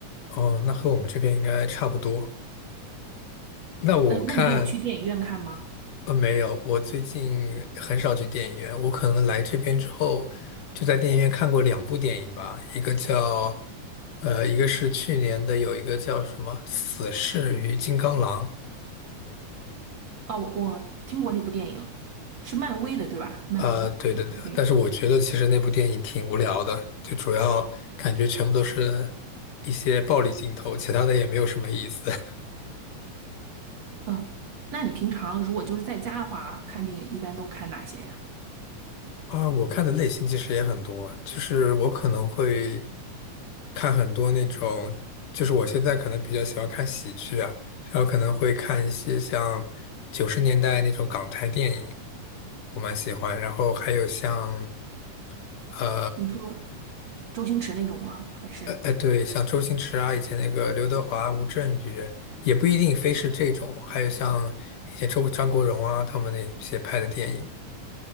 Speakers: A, on the left; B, on the right.
A: 哦，那和我们这边应该差不多。那我看。
B: 嗯，那你有去电影院看吗？
A: 呃，没有，我最近很少去电影院。我可能来这边之后，就在电影院看过两部电影吧，一个叫，呃，一个是去年的，有一个叫什么《死侍与金刚狼》。
B: 哦，我我听过那部电影，是漫威的，对吧？漫威
A: 呃，对对对，
B: 电影。
A: 但是我觉得其实那部电影挺无聊的，就主要感觉全部都是一些暴力镜头，其他的也没有什么意思。<laughs>
B: 嗯，那你平常如果就是在家的话，看电影一般都看哪些呀？
A: 啊，我看的类型其实也很多，就是我可能会看很多那种，就是我现在可能比较喜欢看喜剧啊，然后可能会看一些像九十年代那种港台电影，我蛮喜欢。然后还有像呃
B: 你说周星驰那种吗？还是？
A: 呃呃，对，像周星驰啊，以前那个刘德华、吴镇宇，也不一定非是这种，还有像一些周张国荣啊他们那些拍的电影。